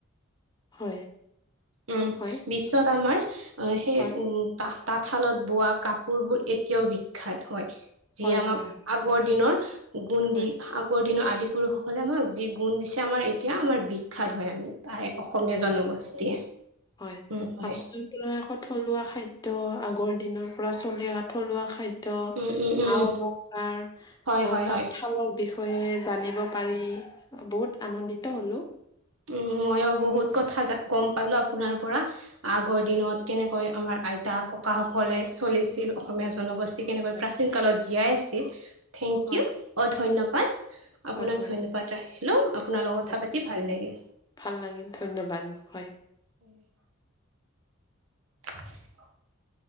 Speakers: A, on the left; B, on the right.
A: হয়।
B: উম
A: হয়
B: বিশ্বত আমাৰ, অ সেই
A: হয়
B: উ তাহ তাঁতশালত বোৱা কাপোৰ বোৰ এতিয়াও বিখ্যাত হয়
A: হয়
B: যিয়ে আমাক
A: হয়
B: আগৰ দিনৰ গুণ
A: হয়
B: দি আগৰ দিনৰ আদি পুৰুষসকলে আমাক যি গুণ দিছে আমাৰ এতিয়া আমাৰ বিখ্যাত হয় আমি তাৰে অসমীয়া
A: হয়
B: জনগোষ্ঠীয়ে।
A: হয়
B: উম, হয়
A: আপোনালোকে আকৌ থলুৱা খাদ্য আ আগৰ দিনৰ পৰা চলি অহা থলুৱা খা দ্য
B: উম, উম, উম,
A: আ অলংকাৰ
B: হয়,
A: তাঁতশালৰ
B: হয়, হয়।
A: বিষয় বিষয়ে জানিব পাৰি, বহুত আনন্দিত হ'লোঁ।
B: উম, মইয়ো বহুত কথা, গম পালো আপোনাৰ পৰা, আগৰ
A: হয়,
B: দিনত কেনে কৈ হয় আমাৰ আইতা ককাসকলে চলিছিল, অসমীয়া জনগোষ্ঠী কেনেকৈ
A: হয়,
B: প্ৰাচীন কালত জীয়াই আছিল থেংক
A: হয়,
B: ইউ, অ ধন্যবাদ, আপোনাক
A: হয়, হয়,
B: ধন্যবাদ ৰাখিলোঁ, আপোনাল লগত
A: হয়,
B: কথা পাতি ভাল লাগিল।
A: ভাল লাগিল, ধন্যবাদ হয়।
B: উম <inaudible>